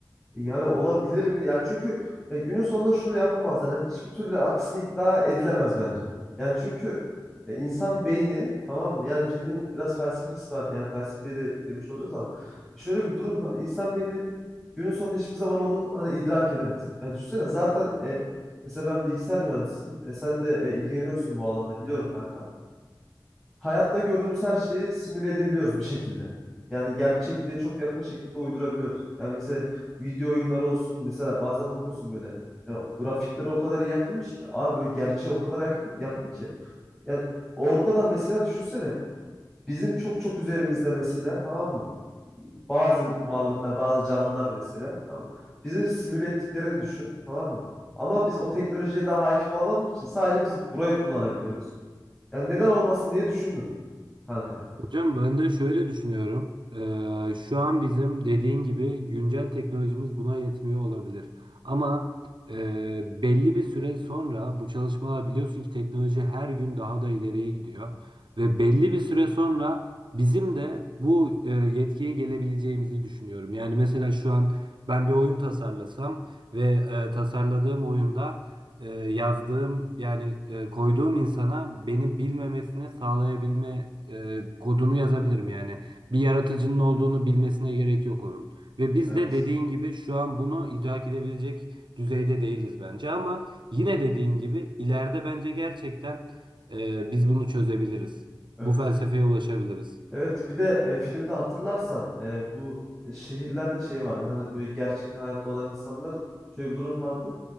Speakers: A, in the centre; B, on the right (about 80°).
A: Yani olabilir mi? Yani çünkü ya günün sonunda şunu yapamazlar. Yani hiçbir türlü aksini iddia edilemez bence. Yani çünkü ya insan beyni tamam mı? Yani filmin biraz felsefesi var. Yani felsefeye de girmiş olacağız ama şöyle bir durum var. İnsan beyni günün sonunda hiçbir zaman onu hani idrak edemez. Yani düşünsene zaten e, mesela ben bilgisayar mühendisiyim. E, sen de e, ilgileniyorsun bu alanda biliyorum kanka hayatta gördüğümüz her şeyi simüle edebiliyoruz bir şekilde. Yani gerçekliğe çok yakın şekilde uydurabiliyoruz. Yani mesela video oyunları olsun mesela bazen bakıyorsun böyle yani o grafikleri o kadar iyi yapılmış ki abi böyle gerçeğe o kadar yakın, yakın ki. Yani orada da mesela düşünsene bizim çok çok üzerimizde mesela tamam mı? Bazı varlıklar, bazı canlılar mesela tamam mı? Bizi simüle ettiklerini düşün tamam mı? Ama biz o teknolojiye daha hakim olamadığımız için sadece biz burayı kullanabiliyoruz. Yani neden olmasın diye düşündüm kanka.
B: Hocam ben de şöyle düşünüyorum. Ee, şu an bizim dediğin gibi güncel teknolojimiz buna yetmiyor olabilir. Ama e, belli bir süre sonra bu çalışmalar biliyorsun ki teknoloji her gün daha da ileriye gidiyor. Ve belli bir süre sonra bizim de bu e, yetkiye gelebileceğimizi düşünüyorum. Yani mesela şu an ben bir oyun tasarlasam ve e, tasarladığım oyunda e, yazdığım yani e, koyduğum insana beni bilmemesini sağlayabilme e, kodunu yazabilirim yani. Bir yaratıcının olduğunu bilmesine gerek yok onun. Ve biz
A: Evet.
B: de dediğin gibi şu an bunu idrak edebilecek düzeyde değiliz bence ama yine dediğin gibi ileride bence gerçekten e, biz bunu çözebiliriz.
A: Evet.
B: Bu felsefeye ulaşabiliriz.
A: Evet bir de e, filmde hatırlarsan e, bu şehirlerde şey vardı. Hani böyle gerçekten hayatta olan insanların şöyle bir durum vardı.